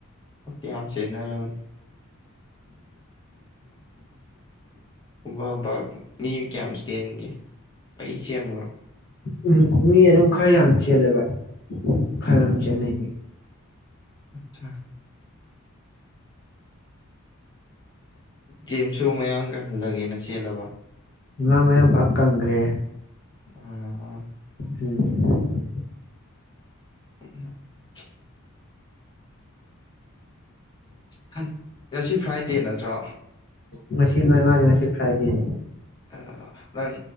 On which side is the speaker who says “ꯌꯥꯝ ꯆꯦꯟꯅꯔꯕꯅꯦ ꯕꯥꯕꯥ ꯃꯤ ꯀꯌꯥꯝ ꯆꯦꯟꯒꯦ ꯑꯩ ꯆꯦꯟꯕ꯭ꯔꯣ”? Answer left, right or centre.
Left